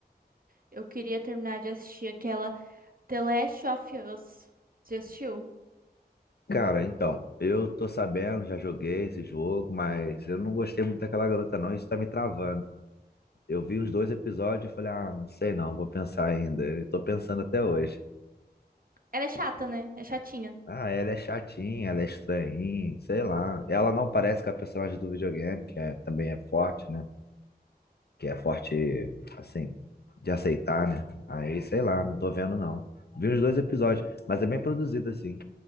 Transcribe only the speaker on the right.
eu queria terminar de assistir aquela The Last of Us. Você assistiu?
Ela é chata, né? É chatinha.